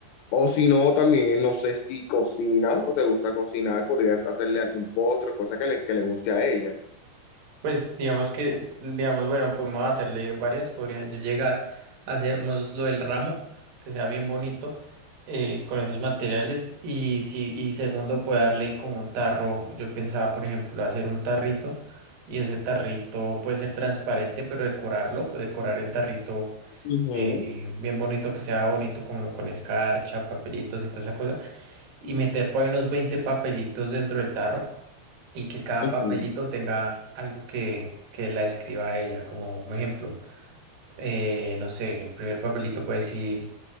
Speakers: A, on the left; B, on the right.
A: O si no, también no sé si cocinas o te gusta cocinar, podrías hacerle algún postre, cosa que le, que le guste a ella.
B: Pues digamos que, digamos, bueno, podemos hacerle varias, podría yo llegar, hacemos lo del ramo, que sea bien bonito, eh, con esos materiales, y si, y segundo, puede darle como un tarro, yo pensaba, por ejemplo, hacer un tarrito, y ese tarrito puede ser transparente, pero decorarlo, decorar el tarrito
A: Ujú,
B: eh, bien bonito, que sea bonito como con escarcha, papelitos y toda esa cosa, y meter por ahí unos 20 papelitos dentro del tarro y que cada
A: ujú.
B: papelito tenga algo que, que la describa a ella. Como un ejemplo, eh, no sé, el primer papelito puede decir,